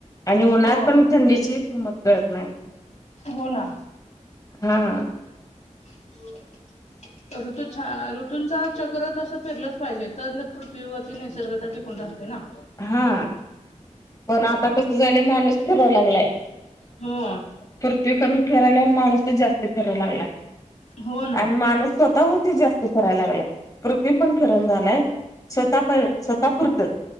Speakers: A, on the left (about 30°); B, on the left (about 65°).
A: आणि उन्हात
B: हो
A: पणं थंडीची किंमत कळतं नाहीं
B: हो नां
A: हां
B: <unintelligible> ऋतू छा ऋतूंचा चक्र तसं फिरलंच पाहिजे, तर न पृथ्वीवरती निसर्गता टिकून राह ते ना.
A: हा, पण आता कस झालंय माणूस फिराय लागलाय.
B: हा
A: पृथ्वी कमी फिरायला आणि माणूसच जास्त फिरायला लागला,
B: हो ना
A: आणि माणूस स्वतः भोवतीच जास् त फिराय लागलाय, पृथ्वी पण फिरणा झालाय, स्वतः पा स्वतः पुुरतंच.